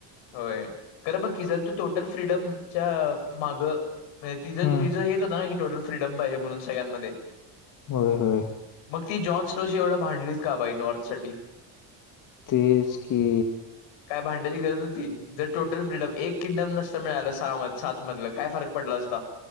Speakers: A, on the left (about 70°); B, on the left (about 45°).
A: होय खरं बघकी जर तू टोटल फ्रीडमच्या माग. म्हणजे तिं
B: हम्म.
A: तिझं हेच होतं ना की टोटल फ्रीडम पाहिजे म्हणून सगळ्यांमध्ये.
B: होय होय.
A: मग ती जॉन स्ट्रोशी एवढं भांडलीच का बाई नॉर्थ साठी.
B: तेज की
A: भांड्याची गरज होती जर टोटल फ्रीडम एक किंगडम नसत मिळाला सहा सात मधलं काय फरक पडला असता.